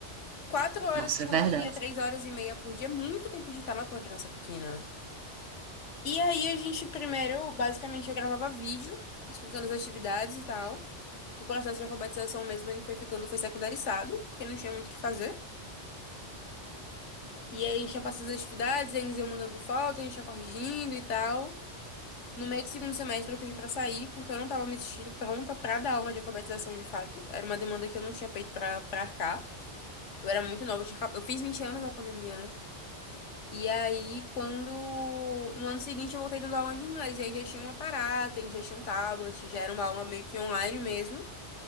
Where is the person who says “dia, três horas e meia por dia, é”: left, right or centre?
Left